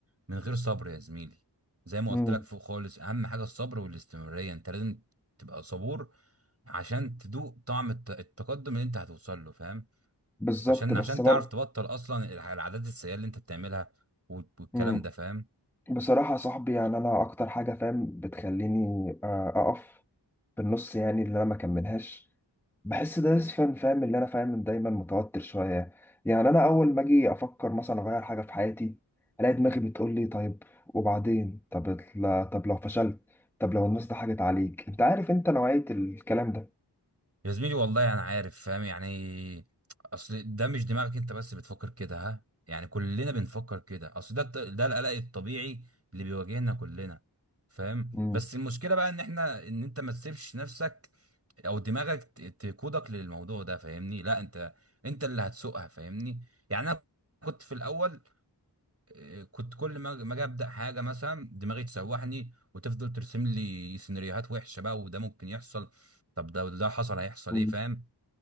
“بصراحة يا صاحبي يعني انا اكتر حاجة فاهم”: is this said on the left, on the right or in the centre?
Centre